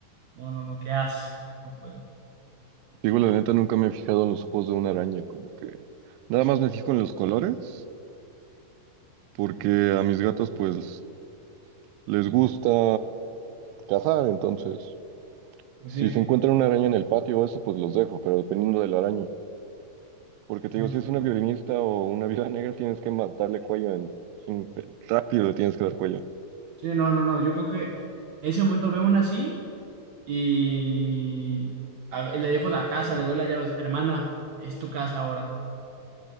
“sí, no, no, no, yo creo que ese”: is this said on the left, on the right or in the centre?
Right